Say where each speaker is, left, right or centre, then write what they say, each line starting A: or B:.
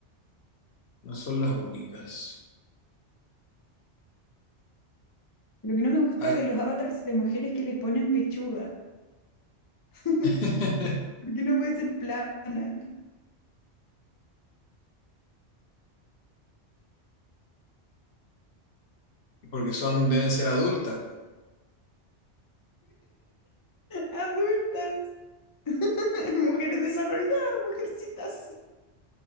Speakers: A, on the left; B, on the left.
A: no son las únicas.
B: Lo que no me gusta
A: Hay-
B: de los avatars de mujeres que les ponen pechuga. <laughs>
A: <laughs>
B: ¿Por qué no puede ser plana? <laughs>
A: porque son, deben ser adultas.
B: Adultas, <laughs> mujeres desarrolladas, mujercitas.